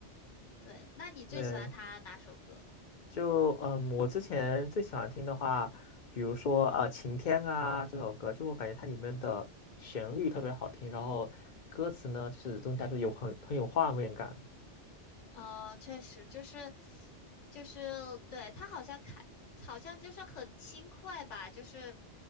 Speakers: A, on the left; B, on the left.
A: 对，那你最喜欢他哪首歌？
B: 对，就嗯，我之前最喜欢听的话，比如说啊，呃《晴天》啊这首歌，就我感觉它里面的旋律特别好听，然后歌词呢，就是总体来说有很很有画面感，
A: 嗯，确实就是就是对他好像开好像就是很轻快吧，就是